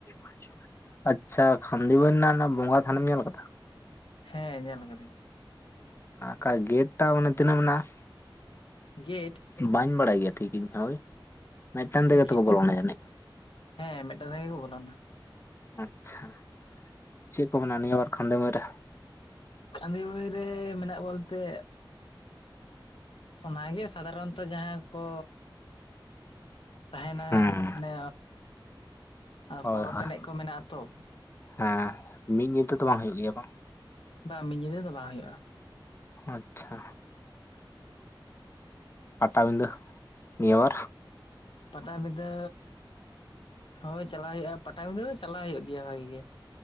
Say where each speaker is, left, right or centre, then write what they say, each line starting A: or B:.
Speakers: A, on the left; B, on the left.
A: <inaudible> ᱟᱪᱪᱷᱟ ᱠᱷᱟᱸᱫᱤ ᱵᱚᱱ ᱨᱮᱱᱟᱜ ᱚᱱᱟ ᱵᱚᱸᱜᱟ ᱛᱷᱟᱱᱮᱢ ᱧᱮᱞ ᱟᱠᱟᱫᱟ
B: ᱦᱮᱸ ᱧᱮᱞ ᱠᱟᱹᱫᱟᱹᱧ
A: ᱟᱠᱟᱡ ᱜᱮᱴ ᱴᱟ ᱢᱟᱱᱮ ᱛᱤᱱᱟᱹᱜ ᱢᱮᱱᱟᱜᱼᱟ
B: ᱜᱮᱴᱼᱼ
A: ᱵᱟᱹᱧ ᱵᱟᱲᱟᱭ ᱜᱮᱭᱟ ᱴᱷᱤᱠ ᱤᱧ ᱦᱳᱭ ᱢᱤᱫᱴᱮᱱ ᱛᱮᱜᱮ
B: ᱜᱮ
A: ᱛᱚᱠᱚ ᱵᱚᱞᱚᱱᱟ ᱡᱟᱱᱤᱡ
B: ᱦᱮᱸ ᱢᱤᱫᱴᱟᱝ ᱛᱮᱜᱮ ᱠᱚ ᱵᱚᱞᱚᱱᱟ
A: ᱟᱪᱪᱷᱟ ᱪᱮᱫ ᱠᱚ ᱢᱮᱱᱟ-ᱟ ᱱᱤᱭᱟᱹ ᱵᱟᱨ ᱠᱷᱟᱸᱫᱤ ᱢᱟᱹᱭ ᱨᱮᱼᱼ
B: ᱠᱷᱟᱸᱫᱤ ᱢᱟᱹᱭ ᱨᱮ ᱢᱮᱱᱟᱜ ᱵᱚᱞ ᱛᱮᱼᱼ ᱚᱱᱟᱜᱮ ᱥᱟᱫᱷᱟᱨᱚᱱᱛᱚ ᱡᱟᱦᱟᱸ ᱠᱚ ᱛᱟᱦᱮᱱᱟ
A: ᱦᱮᱸ
B: ᱢᱟᱱᱮ
A: ᱦᱳᱭ
B: ᱯᱚᱨᱚᱯ
A: ᱦᱳᱭ
B: ᱮᱱᱮᱜ ᱠᱚ ᱢᱮᱱᱟᱜᱼᱟ ᱟᱛᱚ᱾
A: ᱦᱮᱸ ᱢᱤᱫ ᱧᱤᱛᱟᱹ ᱫᱚ ᱵᱟᱝ ᱦᱩᱭᱩᱜ ᱜᱮᱭᱟ ᱵᱟᱝ᱾
B: ᱵᱟᱝ ᱢᱤᱫ ᱧᱤᱫᱟᱹ ᱫᱚ ᱵᱟᱝ ᱦᱳᱭᱳᱜᱼᱟ᱾
A: ᱟᱪᱷᱟ ᱯᱟᱴᱟᱵᱤᱫᱷᱟᱹ ᱱᱤᱭᱟᱹ ᱵᱟᱨ
B: ᱯᱟᱴᱟᱵᱤᱫᱟᱹ ᱦᱳᱭ ᱪᱟᱞᱟᱣ ᱦᱩᱭᱩᱜᱼᱟ ᱯᱟᱴᱟᱵᱤᱫᱟᱹ ᱫᱚ ᱪᱟᱞᱟᱜ ᱦᱩᱭᱩᱜ ᱜᱮᱭᱟ ᱵᱷᱟᱜᱤ ᱜᱮ